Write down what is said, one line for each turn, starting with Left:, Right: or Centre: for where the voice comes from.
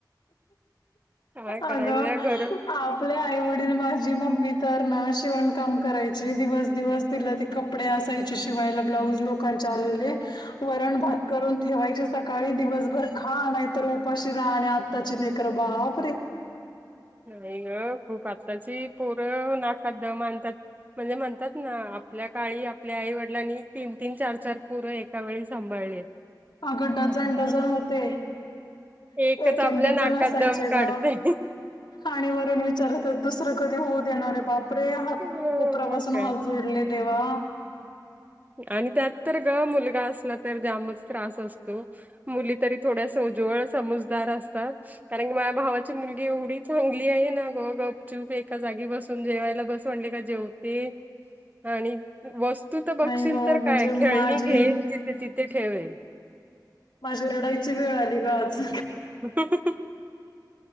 Right: काय करायचंय
Left: आगं
Right: घर
Left: आपले आई वडील माझी मम्मी तर ना शिवण काम करायची दिवस दिवस तिला ती कपडेय असायचे शिवायला ब्लाऊज लोकांचे आलेले. वरण भात करून ठेवायची सकाळी दिवसभर खा नाय तर उपाशी राण्य आताची लेकर बापरे!
Right: नाही ग खूप आत्ताची पोरं नाकात दम आनतात. म्हणजे म्हणतात ना आपल्या काळी आपल्या आई वडिलांनी तीन तीन चार चार पोर एका वेळी सांभाळली.
Left: अगं डझन डझन होते.
Right: एकच
Left: एक
Right: आपल्या
Left: एक डझन
Right: नाकात
Left: असायचे
Right: दम काढतय
Left: ग. आणीवरून विचारत दुसरं कधी होऊ देणारे बाप कोपरे हात,
Right: मग
Left: कोपरा्या पाासून
Right: काय
Left: हात जोडले देवा.
Right: आणि त्यात तर ग मुलगा असला तर जामच त्रास असतो. मुली तरी थोड्या सोज्वळ समजदार असतात. कारण की माझ्या भावाची मुलगी एवढी चांगली आहे ना ग गपचूप एका जागी बसून जेवायला बस म्हणल का जेवते, आणि वस्तू त बघशील
Left: नाही ग
Right: तर
Left: म्हणजे
Right: काय
Left: माझी
Right: खेळणी घेईल तिथे तिथे ठेवेल.
Left: माझी रडायची वेळ आली ग आज.
Right: <inaudible>